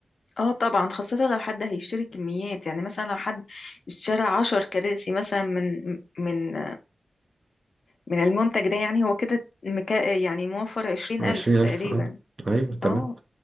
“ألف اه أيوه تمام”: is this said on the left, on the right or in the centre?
Right